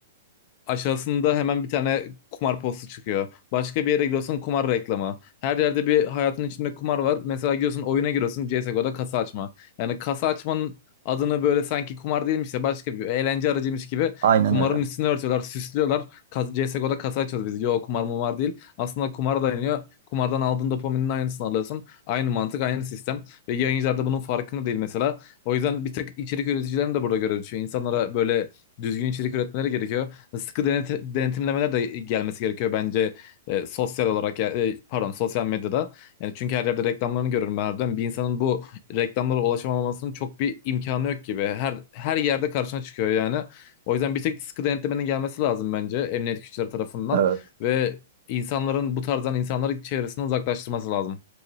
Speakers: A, on the left; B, on the right.
A: Aşağısında hemen bir tane kumar postu çıkıyor. Başka bir yere giriyorsun kumar reklamı. Her yerde bir hayatın içinde kumar var. Mesela giriyorsun oyuna giriyorsun CSGO'da kasa açma. Yani kasa açmanın adını böyle sanki kumar değilmiş de başka bir eğlence aracıymış gibi
B: Aynen
A: kumarın
B: öyle.
A: üstüne örtüyorlar, süslüyorlar. Kas- CSGO'da kasa açıyoruz biz. Yo kumar mı var değil. Aslında kumara dayanıyor. Kumardan aldığın dopaminin aynısını alıyorsun. Aynı mantık, aynı sistem. Ve yayıncılar da bunun farkında değil mesela. O yüzden bir tek içerik üreticilerin de burada görevi düşüyor. İnsanlara böyle düzgün içerik üretmeleri gerekiyor sıkı deneti- denetimlemeler de gelmesi gerekiyor bence e, sosyal olarak ya- e, pardon sosyal medyada. Yani çünkü her yerde reklamlarını görüyorum ben harbiden. Bir insanın bu reklamlara ulaşamamasının çok bir imkanı yok gibi. Her her yerde karşına çıkıyor yani. O yüzden bir tek sıkı denetlemenin gelmesi lazım bence emniyet güçleri tarafından
B: Evet.
A: ve insanların bu tarzdan insanları çevresinden uzaklaştırması lazım.